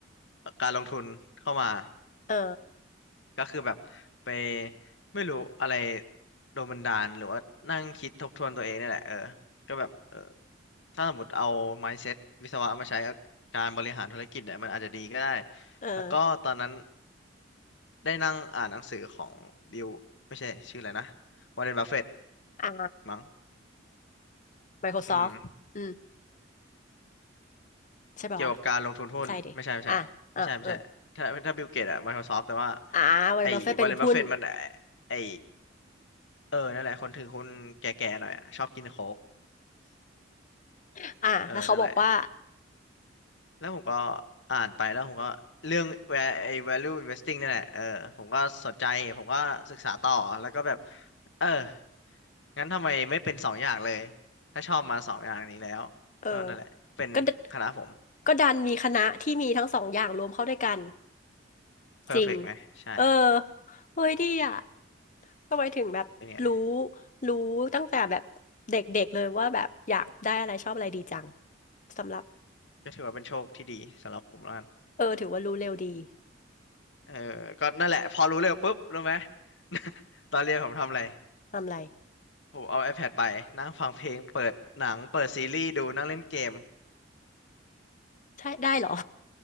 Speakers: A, on the left; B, on the left.
A: การลงทุนเข้ามา
B: เออ
A: ก็คือแบบไปไม่รู้อะไรโดนบันดาลหรือว่านั่งคิดทบทวนตัวเองนี่แหละเออก็แบบเออถ้าสมมติเอา mindset วิศวะมาใช้กับการบริหารธุรกิจเนี่ยมันอาจจะดีก็ได้
B: เออ
A: แล้วก็ตอนนั้น ได้นั่งอ่านหนังสือของบิลไม่ใช่ชื่ออะไรนะวอร์เรนบัฟเฟต
B: อ่า
A: มั้ง
B: Microsoft
A: อืม
B: อืมใช่ป่าววะ
A: เกี่ยวกับการลงทุนหุ้นไม่ใช่ไม่ใช่ไม่ใช่ไม่ใช่ถ้าถ้าบิลเกตอะ
B: ใช่ดิอ่ะอ่ะเออ
A: Microsoft แต่ว่า
B: อ่าวันบัฟเฟตเป็นหุ้น
A: ไอ้วอร์เรนบัฟเฟตมันไอ้ไอ้เออนั่นแหละคนถือหุ้นแก่ๆหน่อยอะชอบกินโค้ก
B: <laughs> อ่าแล้วเขาบอกว่า
A: เออนั่นแหละ แล้วผมก็อ่านไปแล้วผมก็เรื่อง where ไอ้ value investing นี่แหละเออผมก็สนใจผมก็ศึกษาต่อแล้วก็แบบเอองั้นทำไมไม่เป็นสองอย่างเลยถ้าชอบมาสองอย่างนี้แล้วก็นั่นแหละเป็นคณะผม
B: เออก็ดก็ดันมีคณะที่มีทั้งสองอย่างรวมเข้าด้วยกัน
A: perfect
B: จริง
A: ไหมใช่
B: เออเฮ้ยดีอ่ะทำไมถึงแบบรู้
A: เป็นไง
B: รู้ตั้งแต่แบบเด็กๆเลยว่าแบบอยากได้อะไรชอบอะไรดีจังสำหรับ
A: ก็ถือว่าเป็นโชคที่ดีสำหรับผมแล้วกัน
B: เออถือว่ารู้เร็วดี
A: เออก็นั่นแหละพอรู้เร็วปุ๊บรู้ไหม <laughs> ตอนเรียนผมทำอะไร
B: ทำอะไร
A: ผมเอา iPad ไปนั่งฟังเพลงเปิดหนังเปิดซีรีส์ดูนั่งเล่นเกม
B: ใช่ได้เหรอ